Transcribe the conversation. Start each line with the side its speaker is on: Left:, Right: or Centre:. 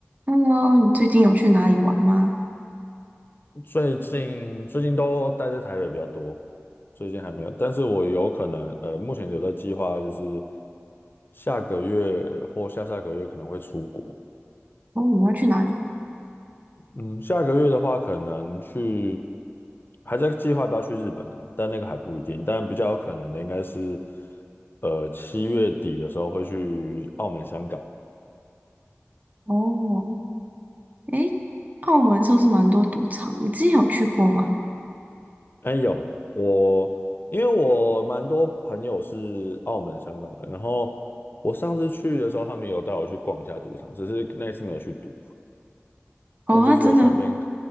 Right: Hello，你最近有去哪里玩吗？
Left: 最近最近都待在台北比较多，最近还没有，但是我有可能，呃，目前有在计划，就是下个月或下下个月可能会出国。
Right: 哦，你要去哪里？
Left: 嗯，下个月的话，可能去还在计划要不要去日本啊，但那个还不一定。但比较有可能的应该是，呃，七月底的时候会去澳门、香港。
Right: 哦，诶，澳门是不是蛮多赌场？你之前有去过吗？
Left: 哎，有我，因为我蛮多朋友是澳门、香港人，然后我上次去的时候，他们有带我去逛一下赌场，只是那一次没有去赌，
Right: 哦，
Left: 但就是有去那边，
Right: 那真的，
Left: 有